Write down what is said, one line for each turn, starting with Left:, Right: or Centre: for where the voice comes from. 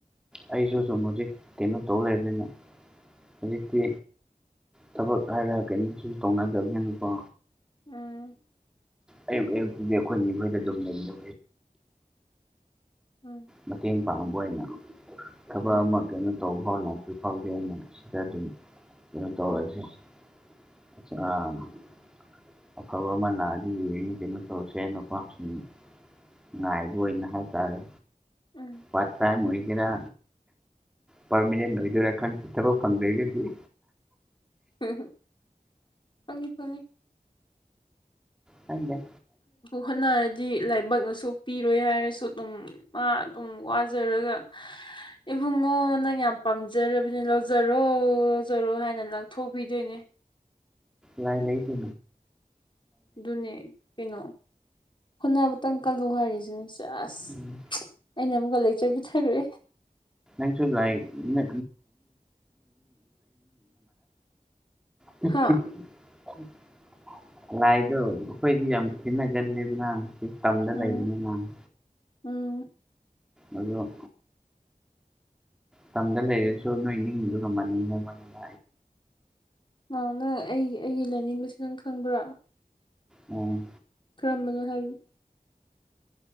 Centre: ꯑꯩꯁꯨ ꯁꯨꯝ ꯍꯧꯖꯤꯛ ꯀꯩꯅꯣ ꯇꯧ ꯂꯩꯕꯅꯤꯅ ꯍꯧꯖꯤꯛꯇꯤ ꯊꯕꯛ ꯍꯥꯏꯔ ꯀꯩꯅꯣꯁꯨ ꯇꯧꯅꯗꯕꯅꯤꯅꯀꯣ
Left: ꯎꯝ
Centre: ꯑꯌꯨꯛ ꯑꯌꯨꯛꯇꯗꯤ ꯑꯩꯈꯣꯏꯅꯤꯍꯣꯏꯗ ꯑꯗꯨꯝ ꯂꯩꯕ
Left: ꯎꯝ
Centre: ꯃꯇꯦꯡ ꯄꯥꯡꯕ ꯑꯣꯏꯅ ꯊꯕꯛ
Left: ꯎꯝ
Centre: ꯑꯃ ꯀꯩꯅꯣ ꯇꯧꯕ ꯐꯥꯎ ꯂꯥꯛꯄꯤ ꯐꯥꯎꯒꯦꯅ ꯁꯤꯗ ꯑꯗꯨꯝ ꯀꯩꯅꯣ ꯇꯧꯔꯛꯏꯁꯦ ꯑ ꯑꯐꯕ ꯑꯃ ꯂꯥꯛꯑꯗꯤ ꯌꯦꯡꯅꯤ ꯀꯩꯅꯣ ꯇꯧꯔꯁꯦ ꯅꯄꯥ ꯍꯥꯞꯆꯤꯟꯅꯤꯡꯤ ꯉꯥꯏꯕ ꯑꯣꯏꯅ ꯍꯥꯏꯇꯥꯔꯦ
Left: ꯎꯝ
Centre: ꯄꯥꯔꯠ ꯇꯥꯏꯝ ꯑꯣꯏꯒꯦꯔ ꯄꯥꯔꯃꯤꯅꯦꯟ ꯑꯣꯏꯗꯣꯏꯔꯥ ꯈꯪꯗꯦ ꯊꯕꯛ ꯐꯪꯗ꯭ꯔꯒꯗꯤ
Left: ꯎꯝꯝ ꯄꯪꯉꯤ ꯄꯪꯉꯤ
Centre: ꯈꯪꯗꯦ
Left: ꯍꯣꯠꯅꯔꯗꯤ ꯂꯥꯏꯕꯛꯅꯁꯨ ꯄꯤꯔꯣꯏ ꯍꯥꯏꯔꯁꯨ ꯑꯗꯨꯝ ꯃꯥ ꯑꯗꯨꯝ ꯋꯥꯖꯔꯒ ꯏꯕꯨꯡꯉꯣ ꯅꯪ ꯌꯥꯝ ꯄꯥꯝꯖꯔꯕꯅꯦ ꯂꯧꯖꯔꯣ ꯂꯧꯖꯔꯣ ꯍꯥꯏꯅ ꯂꯪꯊꯣꯛꯄꯤꯗꯣꯏꯅꯦ
Centre: ꯂꯩ ꯂꯩ ꯀ
Left: ꯑꯗꯨꯅꯦ ꯀꯩꯅꯣ ꯍꯣꯅꯕꯇꯪ ꯀꯜꯂꯨ ꯍꯥꯏꯔꯤꯁꯤꯅꯦ ꯆꯁ
Centre: ꯎꯝ
Left: ꯑꯩꯅ ꯑꯃꯨꯛꯀ ꯂꯩꯆ ꯄꯤꯊꯈ꯭ꯔꯦ
Centre: ꯅꯪꯁꯨ ꯂꯥꯏꯛ ꯃꯤ ꯊ
Left: ꯍꯥꯥ
Centre: ꯊ ꯂꯥꯏꯗꯣ ꯑꯩꯈꯣꯏꯗꯤ ꯌꯥꯝ ꯊꯤꯟꯅꯒꯂꯦꯗꯅꯛꯇ ꯇꯝꯗ
Left: ꯎꯝ
Centre: ꯂꯩꯗꯅ ꯃꯥꯅꯤ
Left: ꯎꯝ
Centre: ꯑ ꯃꯇꯝꯗ ꯂꯩꯔꯁꯨ ꯅꯣꯏ ꯅꯤꯡꯗꯨ ꯉꯝꯃꯅꯤꯡꯃꯅꯤ <unintelligible>
Left: ꯑꯣ ꯅꯪ ꯑꯩ ꯑꯩꯒꯤ ꯂꯥꯏꯅꯤꯡꯕꯁꯤ ꯅꯪ ꯈꯪꯕ꯭ꯔꯥ
Centre: ꯎ
Left: ꯀꯔꯝꯃꯅ ꯍꯥꯏꯗꯤ